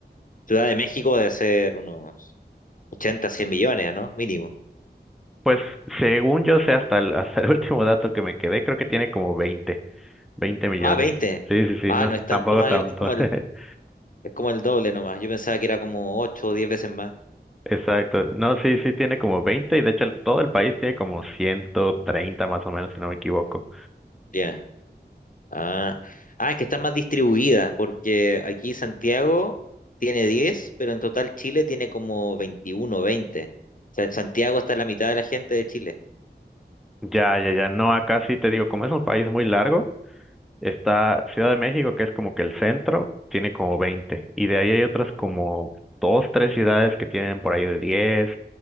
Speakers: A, on the left; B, in the centre.
A: Ciudad de México debe ser unos 80 100 millones, ¿no? Mínimo.
B: Pues según yo sé, hasta el, hasta el <laughs> último dato que me quedé, creo que tiene como veinte veinte millones.
A: Ah, veinte.
B: Sí, sí, sí,
A: Ah,
B: no
A: no
B: es
A: es tanto
B: tampoco
A: más,
B: tanto.
A: gra- es como
B: <laughs>
A: el, es como el doble nomás. Yo pensaba que era como 8 o 10 veces más.
B: Exacto. No, sí, sí, tiene como 20 y de hecho el- todo el país tiene como 130 más o menos, si no me equivoco.
A: Ya. Ah, ah, es que están más distribuidas, porque aquí Santiago tiene 10, pero en total Chile tiene como 21, 20. O sea, Santiago está la mitad de la gente de Chile.
B: Ya, ya, ya. No, acá sí te digo, como es un país muy largo, está Ciudad de México, que es como que el centro, tiene como 20, Y de ahí hay otras como dos, tres ciudades que tienen por ahí de 10,